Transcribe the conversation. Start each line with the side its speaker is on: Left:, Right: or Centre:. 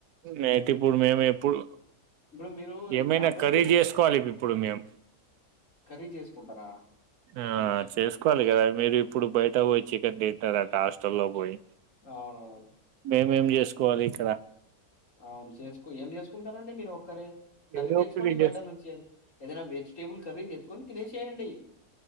Right: నయితే ఇప్పుడు మేము ఎప్పుడు
Left: ఇప్పుడు మీరు
Right: ఏమైనా
Left: ఈ కాంపిటీటివ్
Right: కఖర్రీదు చేసుకోవాలి ఇ ఇప్పుడు ఇప్పుడు మేము
Left: కర్రీ చేసుకుంటారా?
Right: ఆ చేసుకోవాలి కదా మీరు ఇప్పుడు బయట పోయి చికెన్ తింటారట హాస్టల్లో పోయి
Left: అవునవును
Right: మేం చేసు కోవాల ఇక్కడ
Left: అవును చేసుకో ఏం చేసుకుంటారంండి మీరు ఒక్కరే కర్రీ
Right: ఏదో
Left: తెచ్చుకోండి
Right: ఒకటి చేస్
Left: బయట నుంచిదు ఏదైనా వేజ్ టేబుల్ కర్రీ తెచ్చుకొని తినేసేయండి